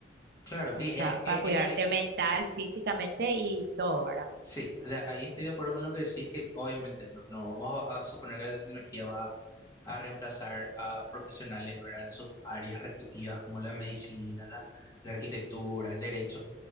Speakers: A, on the left (about 20°); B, on the right (about 55°).
A: Claro,
B: O
A: y,
B: sea,
A: eh, eh,
B: para cuidarte
A: es ahí.
B: mental, físicamente y todo, ¿verdad?
A: Sí, de- ahí estoy de acuerdo con lo que decís, que obviamente no, no vamos a, a suponer que la tecnología va a reemplazar a profesionales, ¿verdad? En sus áreas respectivas, como la medicina, la, la arquitectura, el derecho,